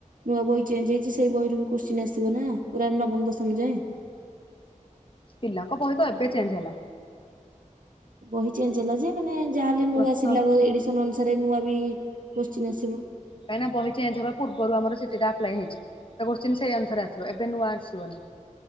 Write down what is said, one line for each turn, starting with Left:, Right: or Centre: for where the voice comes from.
Right: ନୂଆ ବହି ଚେଞ୍ଜ ହେଇଛି ସେଇ ବହିରୁ କୋଶ୍ଚିିନ ଆସିବ ନା ପୁରା ନବମ ଦଶମ ଯାଏଁ।
Left: ପିଲାଙ୍କ ବହି ତ ଏବେ ଚେଞ୍ଜ ହେଲା।
Right: ବହି ଚେଞ୍ଜ ହେଲା ଯେ ମାନେ ଯାହାହଲେ ନୂଆ
Left: ପ୍ରଥମ
Right: ସିଲାବ ଏଡିସନ ଅନୁସାରେ ନୂଆ ବି କୋଶ୍ଚିନ୍ ଆସିବ।
Left: କାହିଁ ନା ବହି ଚେଞ୍ଜ ହେବା ପୂର୍ବରୁ ଆମ ସିଟି ଟା ଆପ୍ଲାଏ ହେଇଛି। ତ କୋଶ୍ଚିନ୍ ସେଇ ଅନୁସାରେ ଆସିବ ଏବେ ନୂଆ ଆସିବନି।